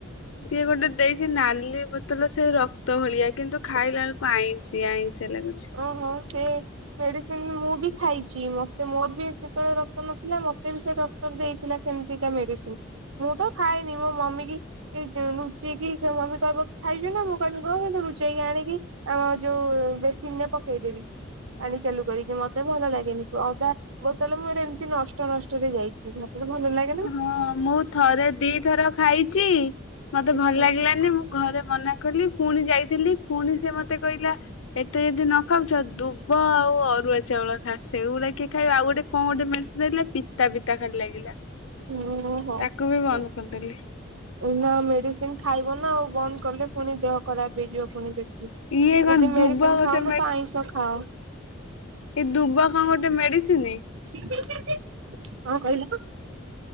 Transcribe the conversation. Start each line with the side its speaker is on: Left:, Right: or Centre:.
Left: ସିଏ ଗୋଟେ ଦେଇଛି ନାଲି ବୋତଲ ସେ ରକ୍ତ ଭଳିଆ କିନ୍ତୁ ଖାଇଲାବେଳକୁ ଆଇଁଷିଆ ଆଇଁଷିଆ ଲାଗୁଛି।
Right: ଓହୋ ସିଏ ମେଡିସିନ ମୁଁ ବି ଖାଇଛି ମତେ ମୋର ବି ଯେତେବେଳେ ରକ୍ତ ନଥିଲା ମତେ ବି ସେ ଡ ଟର ଦେଇଥିଲା ସେମିତିକା ମେଡିସିନ ମୁଁ ତ ଖାଏନି ମୋ ମମି କି ଏଇ ଲୁଚେଇକି ମମି କହିବ ଖାଇଲୁ ନା ମୁଁ କଣିବି ହଁ କିନ୍ତୁ ଲୁଚେଇକି ଆଣିକି ଆ ଯୋଉ ବେସିନରେ ପକେଇଦେବି ପାଣି ଚାଲୁ କରିକି ମତେ ଭଲ ଲାଗେନି ଅଦା ବୋତଲ ମୋର ଏମିତି ନଷ୍ଟ ଭଷ୍ଟରେ ଯାଇଛି ଭାଗ୍ୟ ଭଲ ନାହିଁ।
Left: ହଁ ମୁଁ ଥରେ ଦିଥର ଖାଇଛି ମତେ
Right: ଆଛା
Left: ଭଲ ଲାଗିଲାନି ମୁଁ ଘରେ ମନା କଲି ପୁଣି ଯାଇଥିଲି ପୁଣି ସେ ମତେ କହିଲା ଏତେ ଯଦି ନ ଖାଉଛ ଦୁବ ଆଉ ଅରୁଆ ଚାଉଳ ଖା ସେଇଗୁଡା କିଏ ଖାଇ ଆଉ ଗୋଟେ କଣ ଗୋଟେ ମେଡିସିନ ଦେଲେ। ପିତା ପିତା ଖାଲି ଲାଗିଲା।
Right: ହୁଁ। ହଉ
Left: ତାକୁ ବି ବନ୍ଦ କରିଦେଲି।
Right: <unintelligible> ମେଡିସିନ ଖାଇବ ନା ଆଉ ବନ୍ଦ କଲେ ପୁଣି ଦେହ ଖରାପ ହେଇଯିବ ପୁଣି ବେଶୀ।
Left: ଇଏ କଣ
Right: ଯଦି ମେଡିସିନ
Left: ଦୁବ ଗୋଟେ
Right: ଖାଉନ ତ ଆଇଁଷ ଖାଓ।
Left: ସେଇ ଦୁବ କଣ ଗୋଟେ ମେଡିସିନ?
Right: <unintelligible> କଣ କହିଲ?